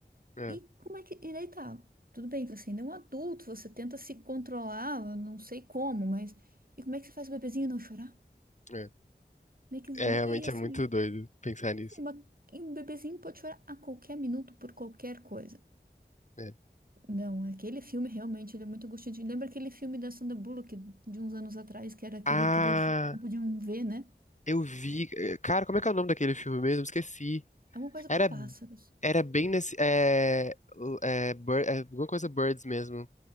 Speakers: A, on the left (about 40°); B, on the right (about 55°).
A: É,
B: E como é que. E daí tá? Tudo bem, você ainda é um adulto, você tenta se controlar, eu não sei como, mas. E como é que você faz o bebezinho não chorar?
A: é.
B: Como é que,
A: É, realmente
B: e e assim,
A: é muito doido pensar nisso.
B: e uma- e um bebezinho pode chorar a qualquer minuto por qualquer coisa.
A: É.
B: Não, aquele filme realmente ele é muito angustiante. Lembra aquele filme da Sandra Bullock de uns anos atrás, que era aquele
A: Ah,
B: que eles não podiam ver, né?
A: eu vi. eh, Cara, como é que é o nome daquele filme mesmo? Esqueci.
B: Alguma coisa
A: Era,
B: com pássaros.
A: era bem nesse. É, l- é, bir- é, alguma coisa Birds mesmo.